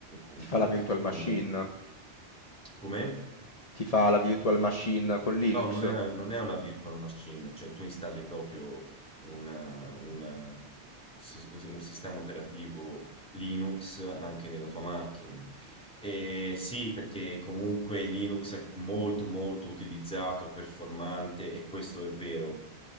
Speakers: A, in the centre; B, on the left (about 35°).
A: un,
B: Ti fa
A: un,
B: la virtual machine?
A: un, come?
B: Ti fa la virtual machine con Linux?
A: No, non è, non è una virtual machine, cioè tu installi proprio un, un- un sistema operativo Linux anche nella tua macchina. E sì, perché comunque Linux è molto molto utilizzato, performante e questo è vero.